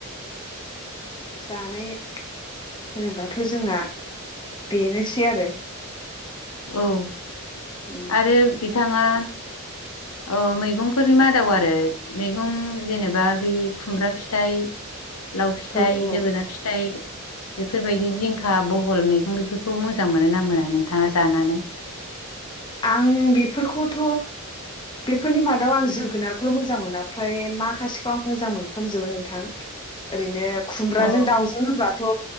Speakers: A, on the left; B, on the left.
A: जानाय होनोब्लाथ' जोंना बेनोसै आरो
B: औ
A: उम
B: आरो बिथाङा अ मैगंफोरनि मादाव आरो मेगं जेनेबा बे खुमब्रा फिथाइ लाव फिथाइ
A: औ औ
B: जोगोनार फिथाइ बेफोरबायदि जिंखा बहल मैगं बेफोरखौ मोजां मोनो ना मोना नोंथाङा जानानै? <unintelligible>
A: आं बेफोरखौथ' बेफोरनि मादाव आं जोगोनारखौल' मोजां मोना फ्राय माखासेखौ आं मोजां मोनफ्रामजोबो नोंथां। ओरैनो खुमब्राजों
B: अ
A: दाउजों होनबाथ'